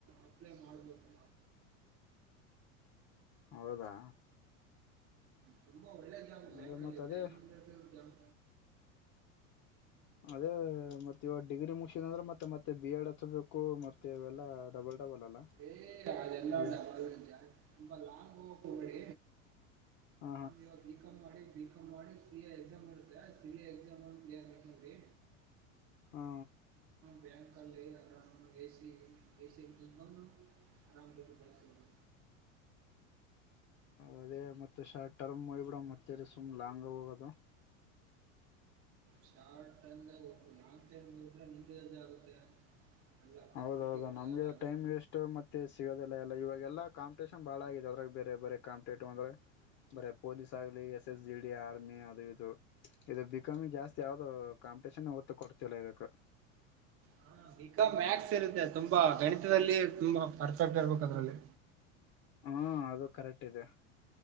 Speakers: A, on the right; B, on the left.
A: ಅಪ್ಲೈ ಮಾಡಬಹುದು
B: ಹೌದಾ
A: ತುಂಬಾ ಒಳ್ಳೆ ಬ್ಯಾಂಕ್
B: ಅದೇ
A: ಕಲ್ಲಿ
B: ಮತ್ತ ಅದೇ
A: ಬೆಂಗಳೂರು ಅಲ್ಲಿ ಜಾಬ್
B: ಅದೇ ಮತ್ತ ಇವಾಗ ಡಿಗ್ರಿ ಮುಗಸಿದ ಅಂದ್ರೆ ಮತ್ತೆ ಮತ್ತೆ ಬಿ ಎಡ್ ಹಚ್ಬೇಕು ಮತ್ತೆ ಇವೆಲ್ಲಾ ಡಬಲ್ ಡಬಲ್ ಅಲ್ಲ
A: ಏ ಅದೆಲ್ಲ
B: ಬಿ ಎ
A: ಡಬಲ್ ಲಾಂಗ್ ಹೋಗೋಕೆ ಹೋಗಬೇಡಿ
B: ಹಾ
A: ಈವಾಗ ಬಿ ಕಂ ಮಾಡಿ ಬಿ ಕಂ ಮಾಡಿ ಸಿ ಎ ಎಕ್ಸಾಮ ಇರುತ್ತೆ ಸಿ ಎ ಎಕ್ಸಾಮ ಕ್ಲೀನರ್ ಮಾಡಿಕೊಳ್ಳಿ
B: ಹಾ
A: ಬ್ಯಾಂಕ್ ಅಲ್ಲಿ ಆರಾಮ ಎ ಸಿ ಎ ಸಿ ಅಲ್ಲಿ ಕುತ್ಕೊಂಡು ತುಂಬ ಆರಾಮ್ ಇರಬಹುದು
B: ಅದೇ ಮತ್ತೆ ಶಾರ್ಟ್ ಟರ್ಮ್ ಮಾಡಿಬಿಡೋಣ ಮತ್ತೆ ಸುಮ್ ಲಾಂಗ್ ಹೋಗೋದು
A: ಶಾರ್ಟ್ ಟರ್ಮ್ ದಾಗ ಹೋಗಿ ಲಿಂಗ್ ಟರ್ಮ್ ಹೋದ್ರೆ ನಿನಗೆ ಕಷ್ಟ ಆಗುತ್ತೆ ಎಲ್ಲಾ ಪರಿಸ್ಥಿತಿಗಳು
B: ಹೌದೌದ ನಮ್ಗೆ
A: ಎಲ್ಲ ಅದೇ
B: ಟೈಮ್ ವೇಸ್ಟ್ ಮತ್ತೆ ಸಿಗೋದಿಲ್ಲ ಇಲ್ಲ ಇಲ್ಲ ಇವಾಗ ಎಲ್ಲಾ ಕಾಂಪಿಟೇಷನ್ ಬಾಳ ಆಗಿದೆ ಅದ್ರಾಗ ಬೇರೆ ಬೇರೆ ಕಾಂಪಿಟೇಟಿವ್ ಅಂದ್ರೆ ಬರೆ ಪೊಲೀಸ್ ಆಗಲಿ S S G D army ಅದು ಇದು ಇದು ಬಿಕಾಮಿ ಜಾಸ್ತಿ ಯಾವ್ದೋ ಕಾಂಪಿಟೇಷನ್ ಹೊತ್ತು ಕೊಡ್ತಿಲ್ಲ ಇದಕ್ಕೆ
A: ಹಾ ವಬಿ ಕಂ ಮ್ಯಾಕ್ಸ್ ಇರುತ್ತೆ ತುಂಬಾ ಗಣಿತ ತಲ್ಲಿ ತುಂಬಾ ಪರ್ಫೆಕ್ಟ್ ಇರ್ಬೇಕು ಅದ್ರಲ್ಲಿ
B: ಹ್ಮ ಅದು ಕರೆಕ್ಟ್ ಇದೆ